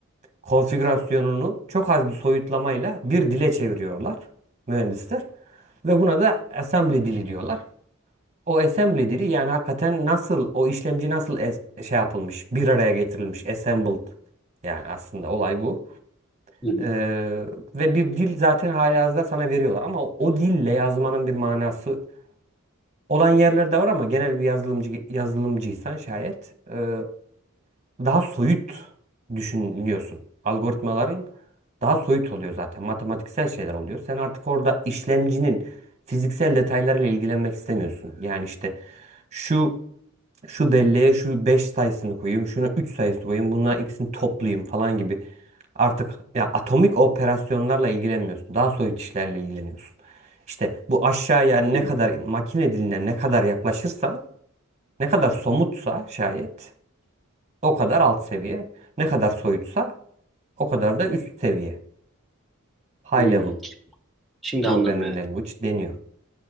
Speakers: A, on the right (about 30°); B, in the centre.
A: konfigürasyonunu çok az bir soyutlamayla bir dile çeviriyorlar mühendisler ve buna da assembly dili diyorlar. O assembly dili yani hakikaten nasıl o işlemci nasıl es- şey yapılmış, bir araya getirilmiş, assembled yani aslında olay bu.
B: Hı hı
A: Ee, ve bir dil zaten halihazırda sana veriyorlar ama o o dille yazmanın bir manası olan yerler de var ama genel bir yazılımcı yazılımcıysan şayet e, daha soyut düşünüyorsun. Algoritmaların daha soyut oluyor zaten. Matematiksel şeyler oluyor. Sen artık orada işlemcinin fiziksel detaylarıyla ilgilenmek istemiyorsun. Yani işte şu şu belleğe şu 5 sayısını koyayım, şuna 3 sayısını koyayım, bunların ikisini toplayayım falan gibi. Artık ya atomik operasyonlarla ilgilenmiyorsun. Daha soyut işlerle ilgileniyorsun. İşte bu aşağıya ne
B: hı.
A: kadar makine diline ne kadar yaklaşırsan, ne kadar somutsa şayet o kadar alt seviye. Ne kadar soyutsa o kadar da üst seviye. High
B: Hmm.
A: level
B: Şimdi
A: programming
B: anladım evet.
A: language deniyor.